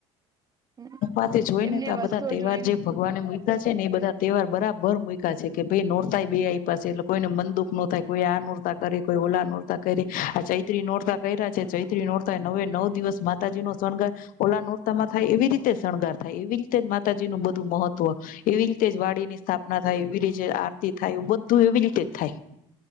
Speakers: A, on the right; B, on the left.
A: હમ,
B: ા <unintelligible> તે જોય
A: એમને
B: ને તો આ
A: વસ્તુઓ
B: બધા તહેવાર
A: જોઈને
B: જે ભગવાનને મળે. છે ને, એ બધા તહેવાર બરાબર મુક્યા છે કે ભાઈ. નોરતાય બે આઈ પાસે એટલે કોઈને મન દુઃખ નો થાય. કોઈ આ નોરતા કરે, કોઈ ઓલા નોરતા કરે. આ ચૈત્રી નોરતા કર્યા છે- ચૈત્રી નોરતા નવે નવ દિવસ માતાજી નો શણગાર, ઓલા નોરતા. થાય એવી રીતે શણગાર થાય, એવી રીતે જ માતાજી નું બધું મહત્વ, એવી રીતે જ વાડી ની સ્થાપના થાય, એવી રીતે આરતી થાય, એ બધું એવી રીતે જ થાય.